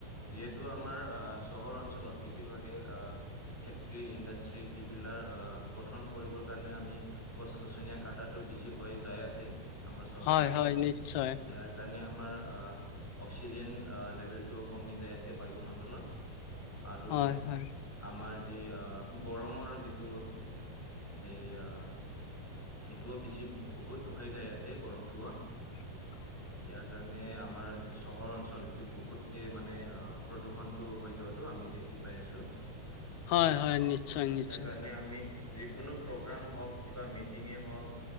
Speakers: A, in the centre; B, on the left.
A: যিহেতু আমাৰ আহ চহৰ অঞ্চলত বেছিভাগে আহ। ফেক্টৰী ইণ্ডাষ্ট্ৰি সেইবিলাক আহ গঠন কৰিবৰ কাৰণে আমি। গছ-গছনীয়া কাটাটো বেছি হৈ যাই আছে, আমাৰ চহৰ
B: হয়
A: অঞ্চলত,
B: হয় নিশ্চয়
A: ইয়াক কাৰণে আমাৰ আ অক্সিজেন লেভেলটোও কমি যায় আছে বায়ুমণ্ডলৰ আৰু,
B: হয় হয়
A: আমাৰ যি আ গৰমৰ যিটো, সেইয়া। সেইটোও বেছি বহুত হৈ যায় আছে গৰমটো অ
B: <unintelligible>
A: ইয়াৰ কাৰণে আমাৰ যিটো চহৰ অঞ্চল এইটো বহুতকে মানে অ প্ৰদূষণটো হৈ যোৱাত টো আমি দেখি পাই আছো। ইয়াৰ
B: হয় হয় নিশ্চয় নিশ্চয়
A: কাৰণে আমি যিকোনো প্ৰগ্ৰাম হওঁক কিবা মি মিটিঙে হওঁক,